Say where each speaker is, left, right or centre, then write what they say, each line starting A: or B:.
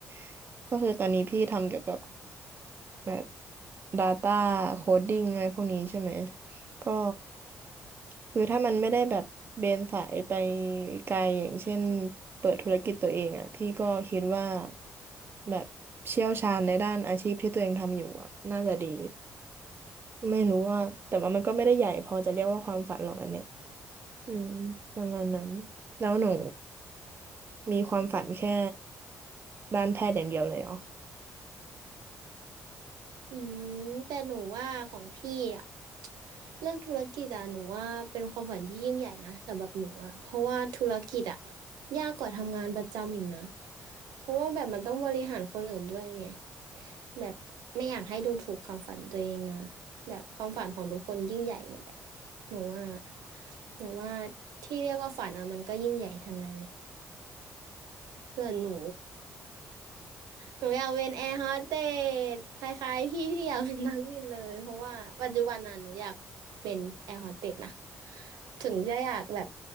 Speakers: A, on the right (about 35°); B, on the right (about 80°).
A: ๆก็คือตอนนี้พี่ทำเกี่ยวกับ แบบ Data Coding อะไรพวกนี้ใช่ไหมก็คือถ้ามันไม่ได้แบบเบนสายไปไกลอย่างเช่นเปิดธุรกิจตัวเองอ่ะพี่ก็คิดว่าแบบเชี่ยวชาญในด้านอาชีพที่ตัวเองทำอยู่อ่ะน่าจะดีไม่รู้ว่าแต่ว่ามันก็ไม่ได้ใหญ่พอจะเรียกว่าความฝันหรอกอันเนี้ยอืมประมาณนั้นแล้วหนูมีความฝันแค่ด้านแพทย์อย่างเดียวเลยเหรอ
B: อืมแต่หนูว่าของพี่อ่ะ <tsk> เรื่องธุรกิจอ่ะหนูว่าเป็นความฝันที่ยิ่งใหญ่นะสำหรับหนูอ่ะเพราะว่าธุรกิจอ่ะยากกว่าทำงานประจำอีกนะ เพราะว่าแบบมันต้องบริหารคนอื่นด้วยไงแบบไม่อยากให้ดูถูกความฝันตัวเองนะแบบความฝันของทุกคนยิ่งใหญ่หมดแหละหนูว่าแต่ว่าที่เรียกว่าฝันอ่ะมันก็ยิ่งใหญ่ทางนั้นแหละส่วนหนู หนูอยากเป็นแอร์โฮสเตสคล้ายๆพี่ที่อยากเป็นนักบินเลยเพราะว่าปัจจุบันน่ะหนูอยากเป็นแอร์โฮสเตสนะถึงจะอยากแบบ